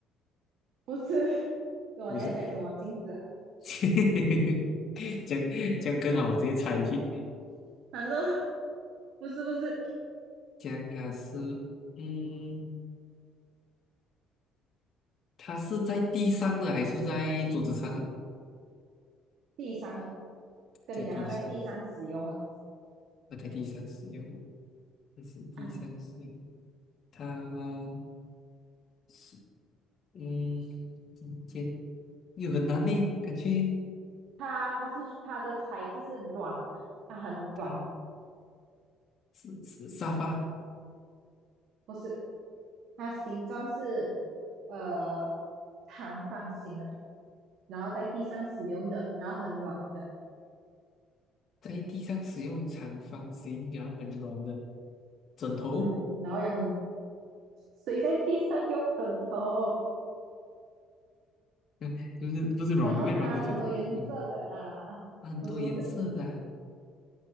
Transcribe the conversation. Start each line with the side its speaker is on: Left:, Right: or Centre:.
Right: 不是。<laughs> 我你要讲什么镜子啊？
Left: 不是，<laughs> 这样这样更好，我直接猜疑。
Right: 难道不是不是
Left: 这样它是，嗯，它是在地上的还是在桌子上的？
Right: 地上了？跟你讲，
Left: 在地上。
Right: 它在地上使用了。
Left: 我在地上使用，这是地上使用，
Right: 哎，
Left: 它是嗯，今天又很难呢，感觉
Right: 它它是它的材质是软的，它很软，
Left: 它是是沙发
Right: 不是它形状是呃长方形的，然后在地上使用的，然后很软的。
Left: 在地上使用长方形，然后很软的枕头，
Right: 嗯，然后有很谁在地上用枕头？
Left: <laughs> 嗯，不是不是软的，
Right: 然后它很多颜色的啊，
Left: 被软的就是嗯，它很多颜色的啊
Right: 不是不是，